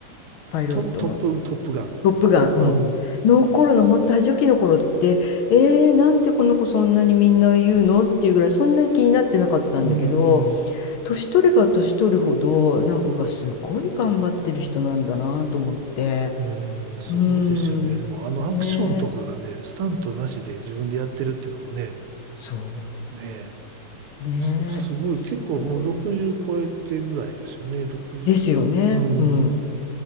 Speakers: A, on the left; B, on the right.
A: パイロットの、
B: ト、トップ、トップガン。
A: トップガン、うん、
B: うん、
A: の頃の、ほんと、初期の頃って、えー、なんでこの子そんなにみんな言うのっていうぐらい、そんなに気になってなかったんだけど、
B: うん。
A: 年取れば年取るほど、なんか、うわ、すごい頑張ってる人なんだなと思って。
B: うん、すごいですよね。
A: うーん。
B: でも、あのアクションとかがね、
A: ねえ。
B: スタントなしで自分でやってるっていうのもね、
A: そ
B: ね
A: う。ねえ。
B: え、す、すごい、
A: すごい。
B: 結構もう60超えてぐらいですよね、60、
A: ですよね。
B: うん。
A: うん。
B: で